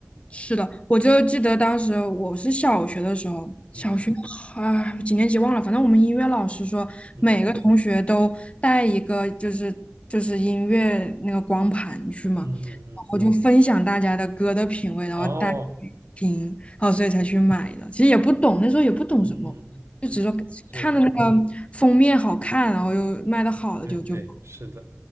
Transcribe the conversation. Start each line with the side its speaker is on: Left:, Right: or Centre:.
Left: 是的，我就记得当时我是小学的时候，小学啊几年级忘了，
Right: 嗯
Left: 反正我们音乐老师说每个同学都带一个就是就是音乐那个光盘去嘛，
Right: 嗯嗯嗯嗯，
Left: 然后就分享大家的歌的品味，然后带
Right: 哦，
Left: 听，然后所以才去买的。其实也不懂，那时候也不懂什么，
Right: 嗯嗯，
Left: 就只是说看的那个封面好看，
Right: 对，
Left: 然后又卖的好的就就，
Right: 对对，是的。